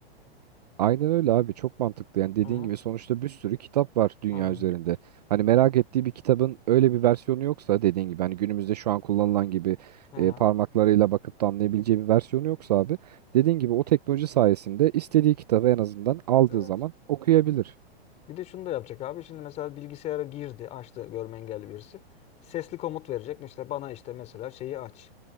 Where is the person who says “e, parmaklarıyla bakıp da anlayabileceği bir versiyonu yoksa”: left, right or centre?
Right